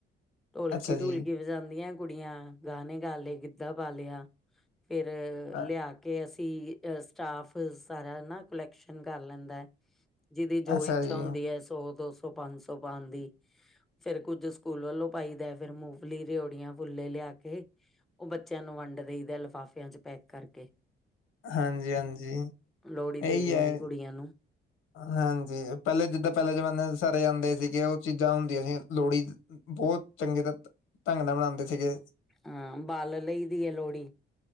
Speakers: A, in the centre; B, on the left (about 85°).
A: ਢੋਲਕੀ-
B: ਅੱਛਾ ਜੀ,
A: ਢੋਲਕੀ ਵਜਾਦੀਆਂ ਕੁੜੀਆਂ, ਗਾਣੇ ਗਾ ਲਏ ਗਿੱਧਾ ਪਾ ਲਿਆ। ਫੇਰ ਲਿਆ
B: ਅ
A: ਕੇ ਅਸੀਂ ਅਹ ਸਟਾਫ ਸਾਰਾ ਨਾ, ਕੁਲੈਕਸ਼ਨ ਕਰ ਲੈਂਦਾ। ਜਿਹਦੀ ਜੋ
B: ਅੱਛਾ
A: ਇੱਛਾ
B: ਜੀ,
A: ਹੁੰਦੀ ਹੈ ਸੋ ਦੋ, ਸੋ ਉਹ ਪੰਜ ਸੌ ਪਾਂਨਦੀ, ਫਿਰ ਕੁੱਝ ਸਕੂਲ ਵੱਲੋਂ ਪਾਈਦਾ, ਫੇਰ ਮੂੰਫ਼ਲੀ, ਰੇੜੀਆਂ ਫੁੱਲੇ ਲਿਆ ਕੇ ਉਹ ਬੱਚਿਆਂ ਨੂੰ ਵੰਡ ਦੇਈਦਾ, ਲਿਫਾਫਿਆਂ 'ਚ ਪੈਕ ਕਰਕੇ।
B: ਹਾਂਜੀ- ਹਾਂਜੀ
A: ਲੋਹੜੀ ਦੇ
B: ਇਹੀ
A: ਦੇਈ
B: ਹੈ।
A: ਦੀ ਕੁੜੀਆਂ ਨੂੰ।
B: ਹਾਂਜੀ ਪਹਿਲੇ ਜਿੱਦਾਂ ਪਹਿਲੇ ਜਮਾਨੇ ਸਾਰੇ ਆਂਦੇ ਸੀਗੇ ਉਹ ਚੀਜ਼ਾਂ ਹੁਣ ਕਿ ਅਸੀਂ ਲੋਹੜੀ ਬਹੁਤ ਚੰਗੇ ਢੰਗ ਨਾਲ ਮਨਾਉਂਦੇ ਸੀਗੇ।
A: ਹਾਂ ਬਾਲ ਲਈਦੀ ਹੈ ਲੋਹੜੀ,